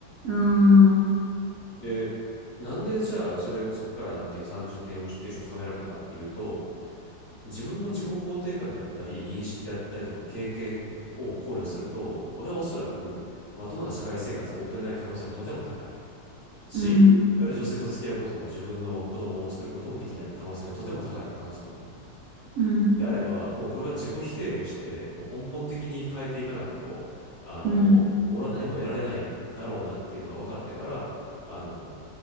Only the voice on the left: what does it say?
で、なんでじゃあ、それ、そこからなんていうの30点、40点以上高められたかっていうと、自分の自己肯定感だったり、認識だったりとか経験を考慮すると、俺はおそらくまともな社会生活を送れない可能性がとても高い。し、
いわゆる女性と付き合うことも自分の子供を作ることもできない可能性がとても高いと感じたのよ。
であれば、もうこれは自己否定をして、もう根本的に変えていかないと、あの、
俺は何も得られないだろうなっていうのが分かってから、あの、